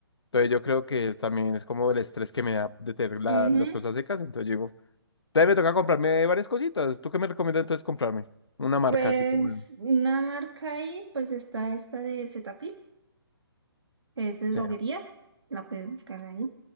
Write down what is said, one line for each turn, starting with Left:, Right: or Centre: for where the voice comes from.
Left: Entonces yo creo que también es como el estrés que me da de tener la-
Right: Ujú.
Left: las cosas secas, entonces yo digo... Entonces me toca comprarme varias cositas. ¿Tú qué me recomiendas entonces comprarme? Una marca
Right: Pues
Left: así como...
Right: una marca ahí, pues está esta de Cetaphil, que es de
Left: Sí,
Right: droguería. La puedes buscar ahí.